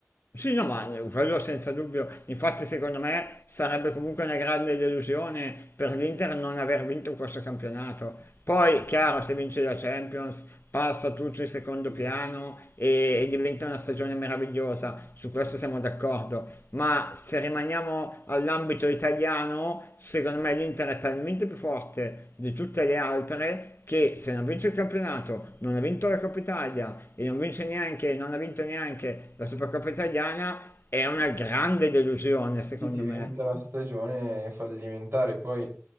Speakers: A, on the left; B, on the right.
A: Sì, no, ma eh, quello senza dubbio. Infatti, secondo me sarebbe comunque una grande delusione per l'Inter non aver vinto questo campionato. Poi, chiaro, se vince la Champions, passa tutto in secondo
B: Eh,
A: piano e, e diventa una stagione meravigliosa. Su questo siamo d'accordo. Ma se rimaniamo all'ambito italiano, secondo me l'Inter è talmente più forte di tutte le altre che se non vince il campionato, non ha vinto la Coppa Italia e non vince neanche, non ha vinto neanche la Supercoppa Italiana, è una grande delusione, secondo
B: Sì, diventa
A: me.
B: una stagione fallimentare. Poi,